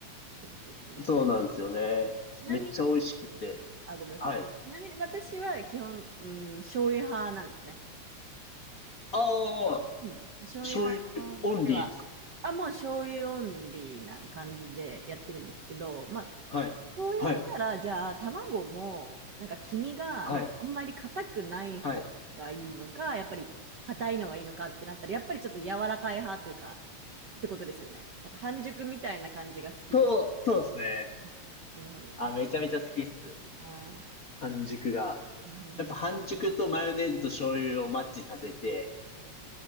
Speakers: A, on the right; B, on the left.
A: そういうことですよね。
B: そうなんですよね。
A: ちなみに、
B: めっちゃ美味しくて。
A: あ、ごめんなさい。
B: はい。
A: ちなみに私は基本、うん、醤油派なんですね。
B: ああ、
A: うん。醤油派
B: 醤油オンリーですか
A: では、あ、もう醤油オンリーな感じでやってるんですけど、まあ、
B: はい。
A: そう言われたら、
B: はい。
A: じゃあ、卵も、なんか黄身が、
B: はい。
A: なんかあんまり硬くない方がいいのか、
B: はい。
A: やっぱり硬いのがいいのかってなったら、やっぱりちょっと柔らかい派っていうか、ってことですよね。なんか半熟みたいな感じが好きです。
B: と、そうですね。
A: あ、なるほど、なるほど。
B: あ、めちゃめちゃ好きっす。
A: あー、
B: 半熟が。
A: うんうんうん。
B: やっぱ半熟とマヨネーズと醤油をマッチさせて、